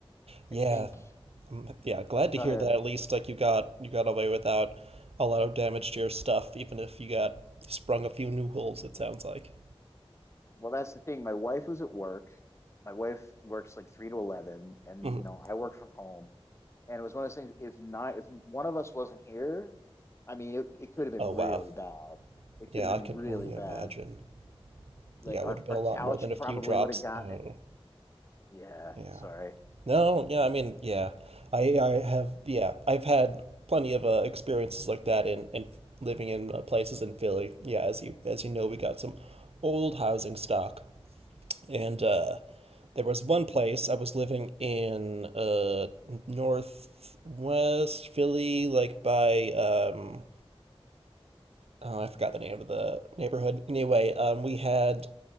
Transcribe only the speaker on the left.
I think
go
ahead.
Well, that's the thing. My wife was at work. My wife works like three to eleven, and
you know, I work from home. And it was one of those things. If not, if one of us wasn't here, I mean, it, it could have been
really bad. It
could have been
really
bad.
Like
our,
our
couch
probably
would have gotten
it. Yeah,
sorry.